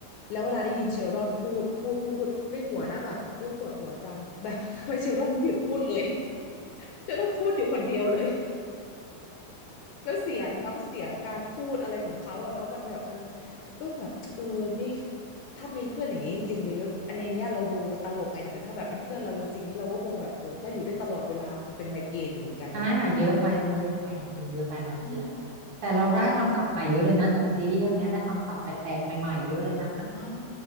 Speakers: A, on the left; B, on the right.
A: แล้วเวลาได้ยินเชลดอนพูดพูดพูดพูดในหัวนะแบบโอ๊ยปวดหัวจังแบบ <laughs> ทำไมเชลดอนไม่หยุดพูดเลยเชลดอนพูดอยู่คนเดียวเลย แล้วเสียงน้ำเสียงการพูดอะไรของเขาอะเนาะมันแบบมันเอ้ยแบบเออนี่ถ้ามีเพื่อนอย่างนี้จริงๆนี่ก็อันในเนี้ยเราดูมันตลกไงแต่ถ้าแบบเป็นเพื่อนเราจริงๆนี่เราก็คงแบบโอ้ถ้าอยู่ได้วยตลอดเวลาคงเป็นไมเกรนอยู่เหมือนกันนะ
B: ใช่ค่ะเยอะไปเนาะเยอะไปจริงเยอะไปบางทีอะ
A: อืม
B: แต่เราได้คำศัพท์ใหม่เยอะเลยนะจากซีรีส์เรื่องเนี้ยได้คำศัพท์แปลกๆใหม่ๆเยอะเลยนะ
A: ใช่อ๋อ